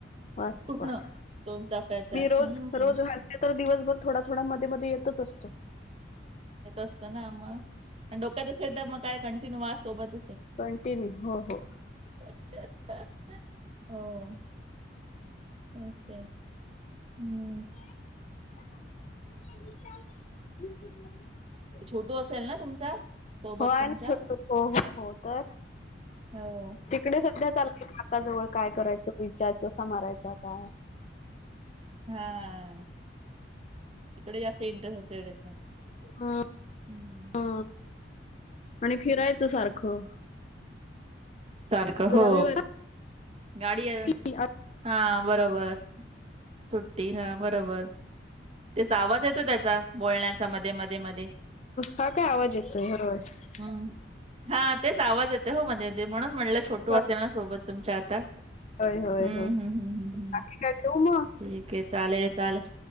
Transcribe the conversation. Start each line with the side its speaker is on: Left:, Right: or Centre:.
Left: वास
Right: पूर्ण
Left: च वास
Right: दोन चाफ्याचा
Left: मी
Right: हम्म
Left: रोज, रोज घाल ते तर दिवसभर थोडा, थोडा मध्ये, मध्ये येतच असतो
Right: असतं ना मग डोक्यात असेल तर मग काय कंटिन्यू वास सोबत
Left: कंटिन्यू हो, हो
Right: <unintelligible> हम
Left: <inaudible>
Right: छोटू असेल ना तुमचा सोबत
Left: हो आहे
Right: तुमच्या
Left: ना छोटू हो हो हो तर
Right: हो
Left: तिकडे सध्यात आलाय काकाजवळ करायचं रीचार्ज मारायचा काय
Right: हा तिकडे जास्त इंटरेस्ट असेल
Left: हा,
Right: हम्म.
Left: हा आणि फिरायचं
Right: तेच.
Left: सारखं
Right: सारख हो
Left: रविवार
Right: गाडी
Left: की
Right: हा बरोबर सुट्टी हा बरोबर त्याचा आवाज येतो त्याचा बोलण्याचा मध्ये, मध्ये, मध्ये
Left: हा <unintelligible>
Right: हम्म हा तेच आवाज येते हो मध्ये म्हणून म्हटलं छोटू
Left: होय
Right: असेल ना सोबत तुमच्या आता
Left: होय
Right: हम्म,
Left: होय होय
Right: हम्म
Left: बाकी काय ठेऊ मग
Right: ठीक आहे चालेल, चालेल